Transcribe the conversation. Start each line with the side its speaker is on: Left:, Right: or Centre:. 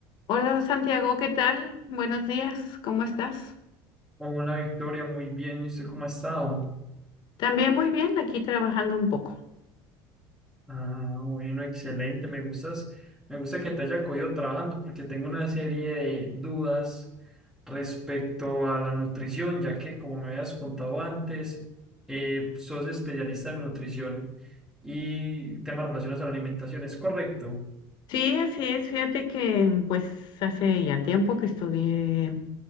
Left: Hola Santiago, ¿qué tal? Buenos días, ¿cómo estás?
Centre: Hola Victoria, muy bien. ¿Y usted cómo ha estado?
Left: También muy bien, aquí trabajando un poco.
Centre: Ah, bueno, excelente. Me gustas, me gusta que te haya cogido trabajando porque tengo una serie de dudas respecto a la nutrición, ya que como me habías contado antes, eh, sos especialista en nutrición y temas relacionados a la alimentación, ¿es correcto?
Left: Sí, así es, fíjate que mm, pues hace ya tiempo que estudié